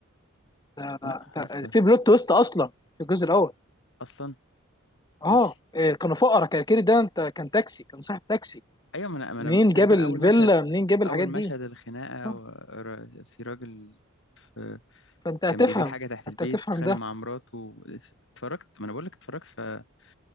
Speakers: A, on the left (about 20°); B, on the left (about 65°).
A: ده
B: لا خلاص
A: ده ده
B: لا.
A: في بلوت تويست اصلا في الجزء الاول
B: اصلا
A: اه
B: ماشي
A: إيه، كانوا فقراء كان كيري ده انت كان تاكسي كان صاحب تاكسي
B: ايوه ما انا ما
A: منين
B: انا
A: جاب
B: تقريبا
A: الفيلا
B: اول مشهد
A: منين جاب الحاجات
B: اول مشهد
A: دي
B: الخناقة
A: آه،
B: و- را- في راجل في
A: فانت هتفهم
B: كان بيبيع حاجة تحت البيت
A: انت هتفهم
B: بيتخانق
A: ده
B: مع مراته اتفرجت ما انا بقول لك اتفرجت فهو